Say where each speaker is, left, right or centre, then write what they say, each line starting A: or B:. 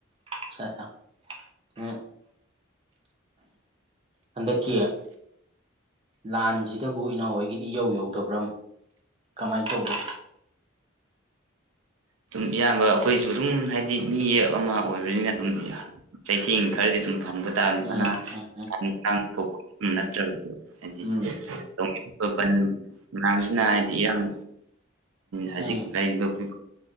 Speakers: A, on the right; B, on the right.
A: ꯑꯆꯥ ꯑꯆꯥ ꯎꯝ ꯍꯟꯗꯛꯀꯤ ꯂꯥꯟꯖꯤꯗꯕꯨ ꯏꯅꯥꯎ ꯍꯣꯏꯒꯤꯗꯤ ꯏꯌꯧ ꯌꯧꯗꯕ꯭ꯔꯥ ꯀꯃꯥꯏꯅ ꯇꯧꯒꯦ
B: ꯑꯗꯨꯝ ꯏꯌꯥꯝꯕ ꯑꯩꯈꯣꯏꯖꯨ ꯑꯗꯨꯝ ꯍꯥꯏꯗꯤ ꯃꯤ ꯑꯃ ꯑꯣꯏꯕꯅꯤꯅ ꯑꯗꯨꯝ ꯆꯩꯊꯦꯡ ꯈꯔꯗꯤ ꯑꯗꯨꯝ ꯐꯪꯕ <unintelligible>
A: ꯎꯝ ꯎꯝ
B: ꯊꯣꯛꯄ ꯅꯠꯇ꯭ꯔꯕꯗꯤ ꯍꯥꯏꯗꯤ
A: ꯎꯝ
B: ꯑꯁꯣꯛ ꯑꯄꯜ ꯃꯌꯥꯝꯁꯤꯅ ꯍꯥꯏꯗꯤ ꯏꯔꯥꯡ ꯍꯧꯖꯤꯛ
A: ꯎꯝ
B: ꯂꯩꯔꯤꯕ <unintelligible>